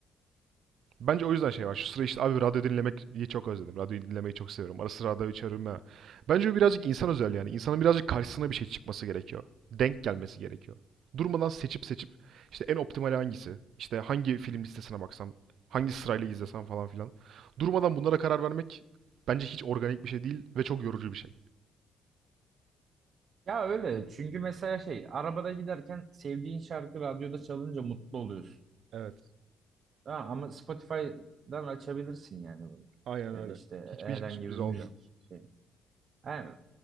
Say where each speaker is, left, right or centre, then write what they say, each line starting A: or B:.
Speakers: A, on the right; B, on the right.
A: Bence o yüzden şey var. Şu sıra işte abi radyo dinlemeyi çok özledim. Radyo dinlemeyi çok seviyorum. Ara sıra radyo açarım ha. Bence bu birazcık insan özel yani. İnsanın birazcık karşısına bir şey çıkması gerekiyor. Denk gelmesi gerekiyor. Durmadan seçip seçip işte en optimal hangisi? İşte hangi film listesine baksam? Hangi sırayla izlesem falan filan. Durmadan bunlara karar vermek bence hiç organik bir şey değil ve çok yorucu bir şey.
B: Ya öyle çünkü mesela şey arabada giderken sevdiğin şarkı radyoda çalınca mutlu oluyorsun.
A: Evet.
B: Ha, ama Spotify'dan açabilirsin yani bunu.
A: Aynen
B: Ya
A: öyle.
B: da işte
A: Hiçbir
B: herhangi
A: hiçbir sürpriz
B: bir müzik
A: olmuyor.
B: şey. Yani,